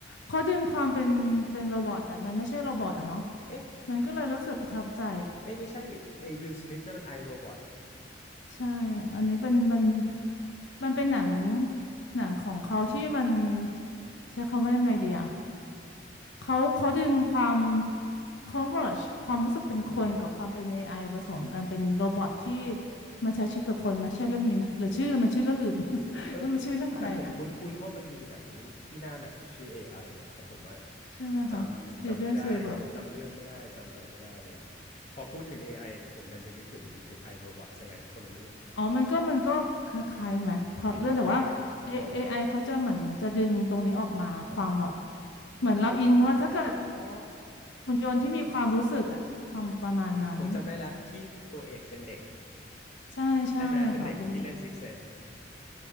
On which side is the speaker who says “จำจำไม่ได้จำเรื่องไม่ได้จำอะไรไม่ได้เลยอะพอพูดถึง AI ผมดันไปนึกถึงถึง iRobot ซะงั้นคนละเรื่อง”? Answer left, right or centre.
Left